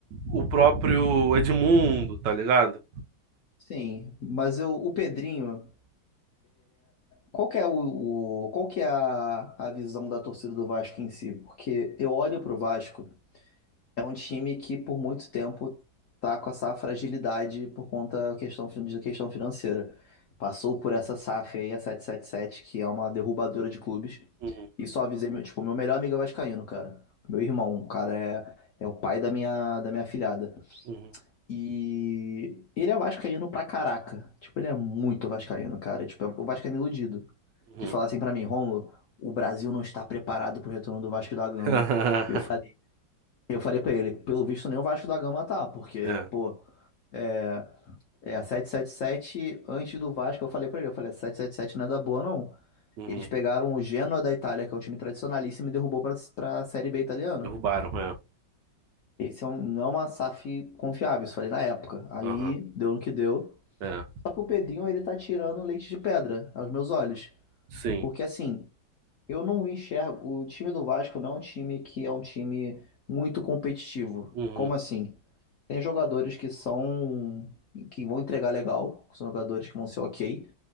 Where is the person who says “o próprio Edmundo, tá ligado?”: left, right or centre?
Right